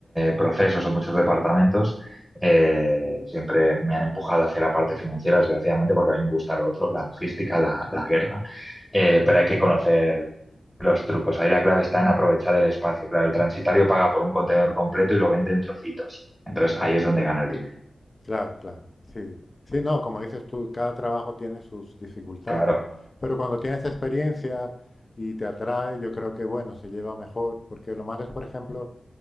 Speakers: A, in the centre; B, on the left (about 35°).
A: procesos o muchos departamentos, eh, siempre me han empujado hacia la parte financiera, desgraciadamente, porque a mí me gusta lo otro, la logística, la, la guerra eh, pero hay que conocer los trucos. Ahí la clave está en aprovechar el espacio. Claro, el transitario paga por un contenedor completo y lo vende en trocitos. Entonces ahí es donde gana el dinero.
B: Claro, claro, sí. Sí, no, como dices tú, cada trabajo tiene sus dificultades,
A: Claro,
B: pero cuando tienes experiencia y te atrae, yo creo que, bueno, se lleva mejor, porque lo malo es, por ejemplo,